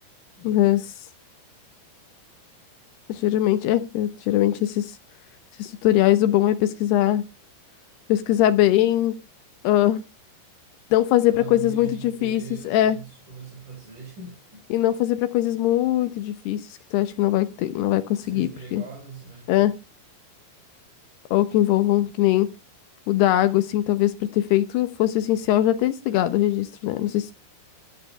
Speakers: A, on the right; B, on the left.
A: <laughs>
B: Mas geralmente é, eu- geralmente esses esses tutoriais o bom é pesquisar, pesquisar bem. ah, Não fazer
A: Olhar
B: pra coisas
A: o vídeo
B: muito
A: inteiro
B: difíceis, é.
A: antes de começar a fazer. <laughs>
B: E não fazer pra coisas muito difíceis que tu acha que não vai ter, não vai conseguir,
A: Que seja perigosa
B: porque
A: também,
B: é,
A: né?
B: ou que envolvam que nem o da água, assim, talvez pra ter feito fosse essencial já ter desligado o registro, né? Não sei se,